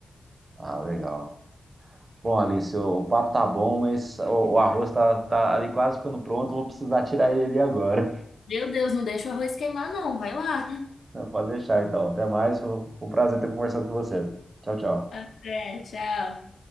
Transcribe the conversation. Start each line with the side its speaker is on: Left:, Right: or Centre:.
Right: Ah, legal. Bom, Alice, o, o papo tá bom, mas o, o arroz tá, tá ali quase ficando pronto. Vou precisar tirar ele ali agora.
Left: Meu Deus, não deixa o arroz queimar, não. Vai lá.
Right: <laughs> Pode deixar, então. Até mais. Foi um prazer ter conversado com você. Tchau, tchau.
Left: <laughs> Até, tchau.